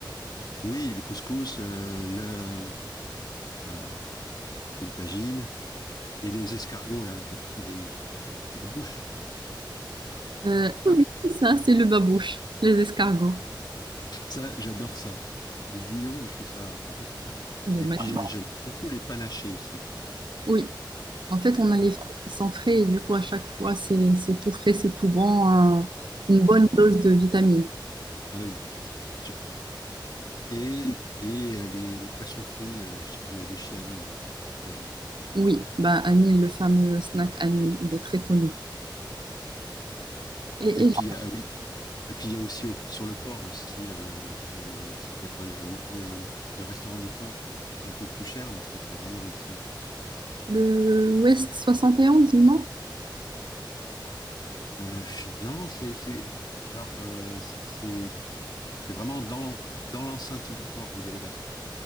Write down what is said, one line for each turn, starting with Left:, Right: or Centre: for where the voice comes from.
Left: Oui, le couscous, euh, le, euh, les tagines et les escargots, là, ils appellent ça des babouches,
Right: Euh,
Left: c'est ça?
Right: oui, c'est ça, c'est le babouche, les escargots.
Left: Ça, j'adore ça. Le bouillon, je trouve ça fantastique.
Right: Il est
Left: Et
Right: magnifique.
Left: puis, j'ai- j'aime beaucoup les panachés aussi.
Right: Oui, en fait, on a les
Left: Et puis,
Right: fruits qui sont frais et du coup, à chaque fois, c'est c'est tout frais, c'est tout bon, un-
Left: c'est-
Right: une bonne dose de vitamines.
Left: Ah oui, et puis c'est c'est super bon. Et, et euh, les, les poissons frits euh, chi- de, de chez Amine, euh, à Casa.
Right: Oui, bah, Anil, le fameux snack Anil, il est très connu. Et,
Left: Et puis,
Right: et
Left: ah oui. Et puis, il y a aussi au- sur le port aussi, euh, euh, ça s'appelle quoi, le, le, le restaurant du port. C'est un peu plus cher, mais c'est c'est vraiment excellent.
Right: le West 71, non?
Left: Euh, je- non, c'est. c'est- Alors, euh, c'est c'est- c'est vraiment dans, dans l'enceinte du port où il y a les bateaux.